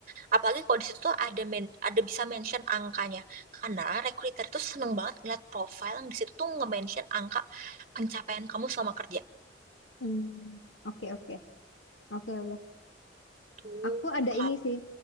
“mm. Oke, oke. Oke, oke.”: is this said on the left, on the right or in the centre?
Left